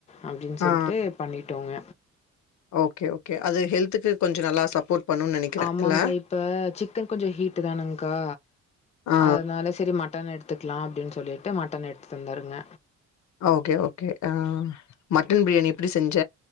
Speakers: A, on the left; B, on the left.
A: அப்டின் சொல்ட்டு
B: ஆ
A: பண்ணிட்டோங்க
B: ஓகே ஓகே அது ஹெல்த்துக்கு கொஞ்ச நல்லா சப்போர்ட் பண்ணுன்னு நெனைக்கிறே
A: ஆமாங்கா
B: இல்ல
A: இப்ப சிக்கன் கொஞ்ச ஹீட்டுதானங்க்கா
B: ஆ
A: அதனால சரி மட்டன் எடுத்துக்லா அப்டின் சொல்லிட்டு மட்டன் எடுத்துட் வந்தாருங்க
B: ஓகே ஓகே ஆ மட்டன் பிரியாணி எப்பிடி செஞ்ச